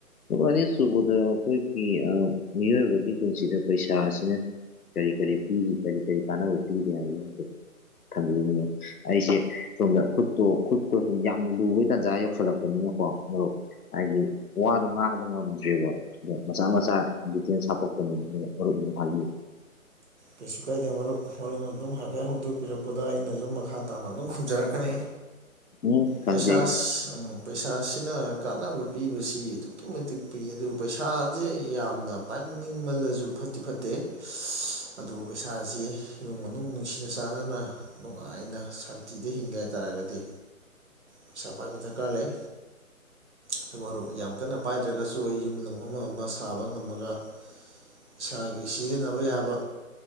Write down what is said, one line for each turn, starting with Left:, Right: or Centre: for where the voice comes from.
Left: ꯑꯅꯤ ꯁꯨꯕꯗ ꯑꯩꯈꯣꯏꯒꯤ ꯃꯤꯑꯣꯏꯕꯒꯤ ꯄꯨꯟꯁꯤꯗ ꯄꯩꯁꯥ ꯑꯁꯤꯅ ꯀꯔꯤ ꯀꯔꯤ ꯄꯤꯔꯤ ꯀꯔꯤ ꯀꯔꯤ ꯀꯥꯟꯅꯕ ꯄꯤꯔꯤ ꯍꯥꯏꯕ ꯊꯝꯕꯤꯅꯤꯡꯅꯦ ꯑꯩꯁꯦ ꯁꯣꯝꯗ ꯈꯨꯠꯇꯣ ꯈꯨꯠꯇ‌ꯣ ꯁꯨꯝ ꯌꯥꯝ ꯂꯨꯕꯒꯤ ꯇꯥꯟꯖꯥ ꯌꯧꯁꯜꯂꯛꯄꯅꯤ <unintelligible> ꯍꯥꯏꯗꯤ ꯋꯥꯗꯣ ꯉꯥꯡꯕ ꯉꯝꯗ꯭ꯔꯦꯕ ꯁꯤꯗ ꯃꯆꯥ ꯃꯆꯥ ꯗꯤꯇꯦꯟꯁ ꯍꯥꯄꯛꯄꯅꯤꯅ ꯃꯔꯨꯞ ꯍꯥꯏꯌꯦ
Right: ꯀꯩꯁꯨ ꯀꯥꯏꯗꯦ ꯃꯔꯨꯞ ꯃꯔꯨꯞ ꯑꯗꯨꯝ ꯍꯥꯏꯐꯦꯠ ꯍꯧꯗꯣꯛꯄꯤꯔꯛꯄꯗ‌ꯣ ꯑꯩꯅꯁꯨ ꯃꯈꯥ ꯇꯥꯅ ꯑꯗꯨꯝ ꯈꯨꯝꯖꯔꯛꯀꯅꯤ
Left: ꯎꯝ ꯈꯪꯖꯩ
Right: ꯄꯩꯁꯥ ꯎꯝ ꯄꯩꯁꯥ ꯄꯩꯁꯥꯁꯤꯅ ꯀꯥꯟꯅꯕ ꯄꯤꯕꯁꯤ ꯑꯗꯨꯛꯀꯤ ꯃꯇꯤꯛ ꯄꯤ ꯑꯗꯨ ꯄꯩꯁꯥꯁꯦ ꯌꯥꯝꯅ ꯄꯥꯏꯅꯤꯡ ꯅꯤꯡꯃꯜꯂꯁꯨ ꯐꯠꯇꯤ ꯐꯠꯇꯦ ꯑꯗꯨ ꯄꯩꯁꯥꯁꯤ ꯏꯃꯨꯡ ꯃꯅꯨꯡ ꯅꯨꯡꯁꯤꯅ ꯆꯥꯟꯅꯅ ꯅꯨꯡꯉꯥꯏꯅ ꯁꯥꯟꯇꯤꯗ ꯍꯤꯡꯒ‌ꯦ ꯍꯥꯏ ꯇꯥꯔꯒꯗꯤ ꯄꯩꯁꯥ ꯄꯥꯏꯕ ꯗꯔꯀꯥꯔ ꯂꯩ ꯑꯗ‌ꯣ ꯃꯔꯨꯞ ꯌꯥꯝ ꯀꯟꯅ ꯄꯥꯏꯗ꯭ꯔꯒꯁꯨ ꯑ ꯑꯩ ꯌꯨꯝ ꯅꯨꯡ ꯑꯃ ꯑꯃ ꯁꯥꯕ ꯉꯝꯃꯒ ꯏꯁꯥꯒꯤ ꯁꯤꯖꯤꯟꯅꯕ ꯌꯥꯕ